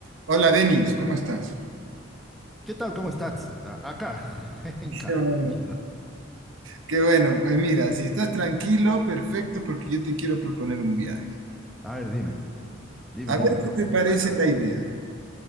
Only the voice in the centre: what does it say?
¿Qué tal? ¿Cómo estás? A- Acá, <laughs> en casa,
tranquilo.
A ver, dime, dime,
dime. ¿cómo
se
trata?